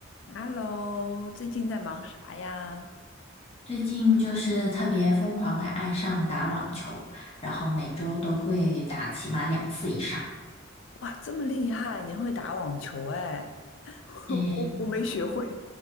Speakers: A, on the left (about 70°); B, on the left (about 30°).
A: Hello，最近在忙啥呀？
B: 最近就是特别疯狂的爱上打网球，然后每周都会打起码两次以上。
A: 哇，这么厉害，你会打网球哎？<laughs>
B: 诶，
A: 我我我没学会。